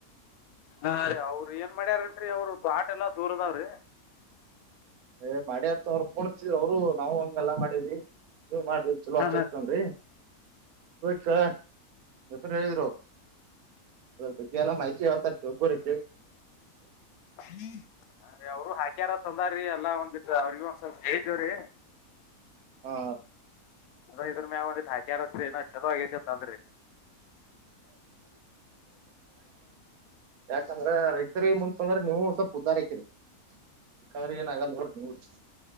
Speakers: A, on the left; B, on the right.
A: ಹಾ ರೀ ಅವ್ರ ಏನ್ ಮಾಡ್ಯಾರೇನ್ರಿ ಅವರು ತೊಟ್ ಎಲ್ಲಾ ದೂರದಾವ್ರಿ
B: ಏ ಮಾಡ್ಯರ್ತ ಅವ್ರ ಪೋಣಿದ ಅವರು ನಾವವು ಹಂಗ ಎಲ್ಲಾ ಮಾಡಿದ್ವಿ ನೀ ಮಾಡ್ರಿ ಚಲೋ
A: ಹಾ
B: ಅಕತ್ತ
A: ಹಾ
B: ಕಂಡ್ರಿ ಚಲ ಹೇಳಿದರು ಅವ್ರು ಅದ್ರ ಬಗ್ಗೆ ಎಲ್ಲ ಮಾಹಿತಿ ಯಾವತಾರ ಒಬ್ಬರು
A: ಅ ಅವರು ಹಾಕ್ಯಾರ ತಂದಾರೀ ಎಲ್ಲ ಒಂದಿ ಅವ್ರಿಗೂಸ ಹೇತೇವ್ರೀ
B: ಹಾ
A: ಅದ ಇದ್ರ ಮ್ಯಾವಂದ ಹಾಕ್ಯಾರತ್ರಿ ನ ಚೆದಾಗ ಅದ್ ರಿ
B: ಯಾಕಂದ್ರೆ ರೈತರಿ ಮುಂತ್ಪಂದ್ರ ನೀವು ಸ್ವಲ್ಪ ಉದ್ದಾರಕಿರರಿ ಕ್ರ ಏನ ಆಗಲ್ಲ ಹೊಡ್ ಡ್